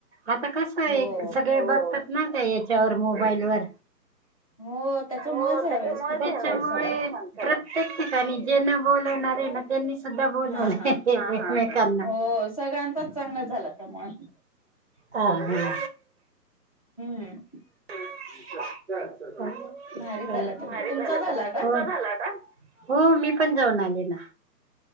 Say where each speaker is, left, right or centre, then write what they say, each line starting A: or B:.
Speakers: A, on the right; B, on the left.
A: आता कसं आहे
B: हो.
A: सगळे बघतात ना त्या याच्यावर मोबाईल वर
B: हो त्याच्यामुळेच
A: हो
B: ह्या
A: त्या
B: वेळेस खूपच
A: त्याच्यामुळे
B: छान झाला
A: प्रत्येक ठिकाणी जेना बोलावणारे त्यांनी सुद्धा बोलवले
B: हा हा
A: एकमेकांना
B: हो
A: <unintelligible>
B: सगळ्यांचाच चांगला झाला त्यामुळे
A: हा हा
B: हां
A: <unintelligible>
B: भारी झाला तुम तुमचा झाला का
A: हो मी पण जाऊन आले ना